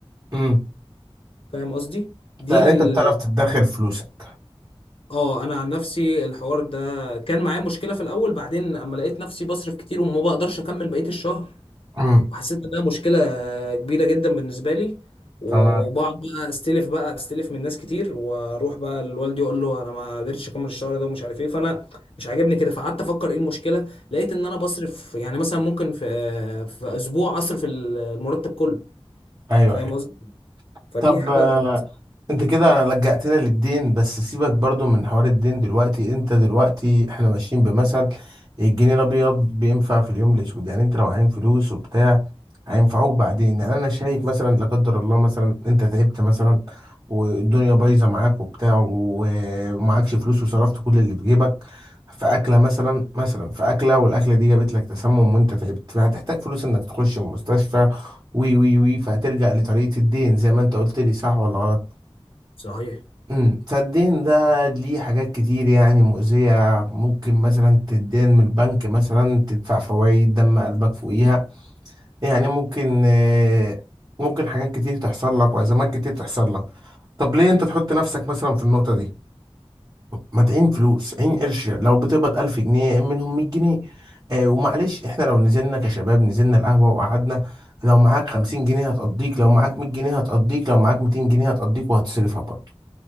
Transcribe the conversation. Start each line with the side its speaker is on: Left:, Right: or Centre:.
Right: امم
Left: فاهم قصدي دي
Right: يعني
Left: ال...
Right: انت بتعرف تدخر فلوسك
Left: اه انا عن نفسي الحوار ده كان معايا مشكله في الاول بعدين اما لقيت نفسي بصرف كتير وما بقدرش اكمل بقيه الشهر
Right: امم
Left: وحسيت انها مشكله كبيره جدا بالنسبه لي وبقعد
Right: تمام
Left: بقى استلف بقى استلف من ناس كتير واروح بقى لوالدي اقول له انا ما قدرتش اكمل الشهر ده ومش عارف ايه فانا مش عاجبني كده فقعدت افكر ايه المشكله لقيت ان انا بصرف يعني مثلا ممكن في في اسبوع اصرف المرتب كله
Right: ايوه
Left: فاهم
Right: ايوه
Left: قصدي فدي
Right: طب
Left: حاجه
Right: انت كده لجأتنا للدين بس سيبك برضو من حوار الدين دلوقتي انت دلوقتي احنا ماشيين بمثل الجنيه الابيض بينفع في اليوم الاسود يعني انت لو عايم فلوس وبتاع هينفعوك بعدين يعني انا شايف مثلا لا قدر الله مثلا انت تعبت مثلا والدنيا بايظه معاك وبتاع ومعكش فلوس وصرفت كل اللي في جيبك في اكله مثلا مثلا في اكله والاكله دي جابت لك تسمم وانت تعبت فهتحتاج فلوس انك تخش المستشفى وي وي وي فهترجع لطريقه الدين زي ما انت قلت لي صح ولا غلط
Left: صحيح
Right: امم فالدين ده ليه حاجات كتير يعني مؤذية ممكن مثلا تدين من البنك مثلا تدفع فوائد دم قلبك فوقيها يعني ممكن آه، ممكن حاجات كتير تحصل لك وأزمات كتير تحصل لك طب ليه أنت تحط نفسك مثلا في النقطة دي ما تعين فلوس عين قرش لو بتقبض ألف جنيه عين منهم مية جنيه آه ومعلش احنا لو نزلنا كشباب نزلنا القهوة وقعدنا لو معاك خمسين جنيه هتقضيك لو معاك مية جنيه هتقضيك لو معاك ميتين جنيه هتقضيك وهتصرفها برضه